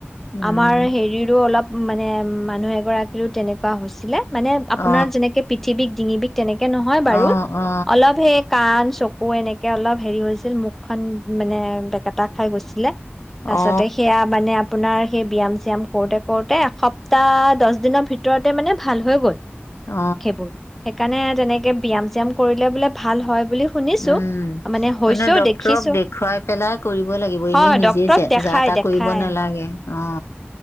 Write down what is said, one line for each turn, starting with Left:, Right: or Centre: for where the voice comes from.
Left: উম
Centre: আমাৰ হেৰিৰো অলপ মানে মানুহ এগৰাকীৰও তেনেকুৱা হৈছিলে। মানে
Left: অ
Centre: আপোনাৰ যেনেকে পিঠি বিষ, ডিঙি বিষ। তেনেকে নহয় বাৰু
Left: অ অ
Centre: অলপ হে। কাণ চকু এনেকে অলপ হেৰি হৈছিল মুখখনন মানে বেকেটা খাই গৈছিলে। তাৰপাছতে
Left: অ
Centre: সেয়া মানেআপো। আপোনাৰ সেই ব্যয়াম চয়াম কৰোতে কৰোতে এসপ্তাহ দহ দিনৰ ভিতৰতে মানে ভাল হৈ গ'ল। সেইবোৰ
Left: অ
Centre: সেইকাৰণে। তেনেকে ব্যায়াম চ্যাম কৰিলে বোলে ভাল। ভাল হয় বুলি। শুনিছো
Left: উম
Centre: হৈছেও
Left: মানে ড্ক্তৰক
Centre: দেখিছো
Left: দেখুৱাই পেলাই কৰিব লাগিব
Centre: হয়
Left: এনে নিজে
Centre: ডক্তৰক দেখাই
Left: যা তা
Centre: দেখাই
Left: কৰিব নালাগে অ।